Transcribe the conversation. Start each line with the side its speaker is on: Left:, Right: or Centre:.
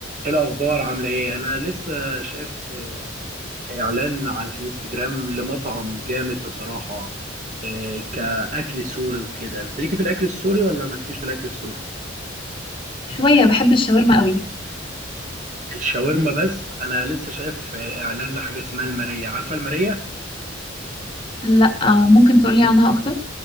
Right: ايه الاخبار عامله ايه انا لسه شايف اعلان على الانستجرام لمطعم جامد بصراحه إيه كاكل سوري وكده انت ليكي في الاكل السوري ولا مالكيش في الاكل السوري
Left: شوية بحب الشاورما قوي
Right: الشاورما بس انا لسه شايف اعلان لحاجه اسمها الماريه عارفه الماريه
Left: لا ممكن تقولي عنها أكتر